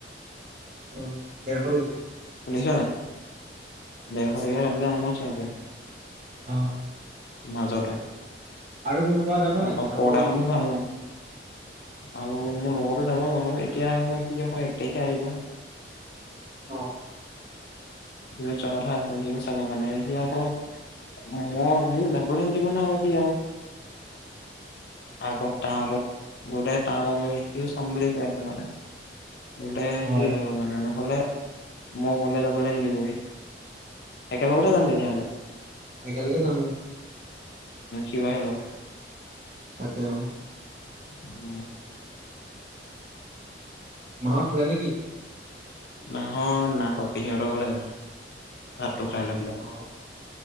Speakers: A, on the right; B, on the left.
A: ওম্ দেৰশ টকিয়া
B: শুনিছ নাই দেৰশ টকীয়া কাতিলোৱা আৰামত চাওগে
A: অ
B: মাজাটো
A: আৰু কোনোবা যাব নেকি
B: তাপা
A: লগ
B: পৰডাখনো
A: ধৰিবিচোন
B: ভাল নাই আৰু মোৰ লগত যাব বাৱ এতিয়া সহ হি আকৌ এক তাৰিখে আহিব হে
A: <unintelligible>
B: সি যোৱা কথা আছে সিও চাব মানে সি আকৌ মই মোক যাবলৈ নিদিব ন আৱ সি আৱ আগত তাৰ আগত গোটেই তাৰ লগৰ শিকিও চাম বুলি কৈ আছে মানে গলে
A: হয়
B: সিও যাব মানে নহ'লে মই কলে যাবলে নিদো একেলগতে যাম তেতিয়া হ'লে
A: একেলগে যাম
B: কোৱাহিলো
A: অ তেওঁ
B: উম
A: ভাত খালা নেকি?
B: নাহ না নাখোৱা পেহী হেত ঘৰলে গৈছে ভাত টো খাই লৈ পেলাই
A: অ